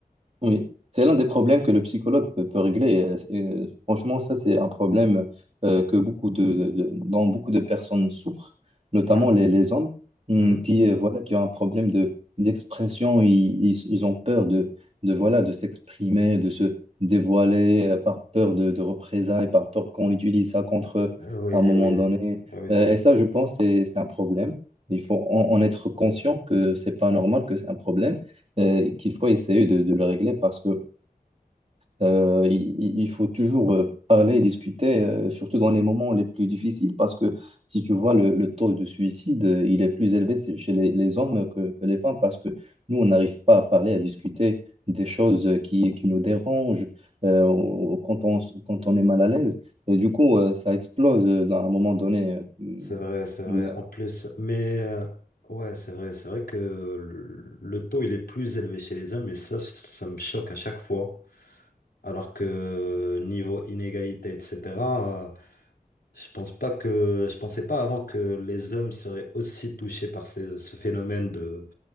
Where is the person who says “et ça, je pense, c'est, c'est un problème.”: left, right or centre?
Right